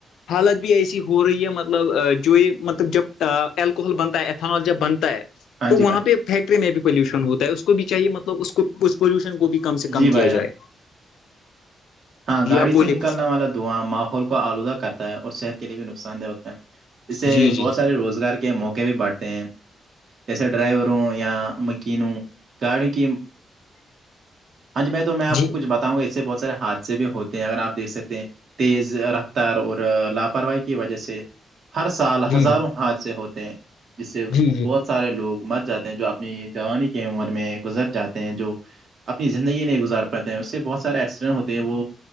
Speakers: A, on the left; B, on the right.
A: حالت بھی ایسی ہو رہی ہے مطلب جو یہ مطلب جب الکوحل بنتا ہے ایتھنال جب بنتا ہے
B: ہاں
A: تو
B: جی
A: وہاں
B: بھائی
A: پہ فیکٹری میں بھی پولوشن ہوتا ہے اس کو بھی چاہیے مطلب اس کو اس پولوشن کو بھی کم سے
B: جی
A: کم
B: بھائی
A: کیا
B: جان
A: جائے
B: ہاں
A: جی
B: گاڑی
A: آپ بولے
B: سے نکلنے
A: کچھ
B: والا دھواں ماحول کو آلودہ کرتا ہے اور صحت کے لیے بھی نقصان دہ ہوتا ہے اس سے
A: جی جی
B: بہت سارے روزگار کے موقع بھی بڑٹھتے ہیں جیسے ڈرائیور ہو یا مکین ہ گاڑی کی <unintelligible>
A: <unintelligible>
B: ہاں ج بائی تو میں آ
A: جی
B: کو کچ بتاؤںا اس سے بہ سےاتھ <unintelligible> سے بھی ہوتے ہیں اگر آپ دیکھ سکتے ہیں تیز رفتار اور لاپرواہی کی وجہ سے ہر سال
A: جی
B: ہزاروں حادثے ہوتے ہیں جس سے
A: جی جی
B: بہت سارے لوگ مر جاتے ہیں جو اپنی جوانی کی عمر میں گزر جاتے ہیں جو اپنی زندگی نہیں گزار پتے ہیں اس سے بہت سارے ایکسیڈنٹ ہوتے وہ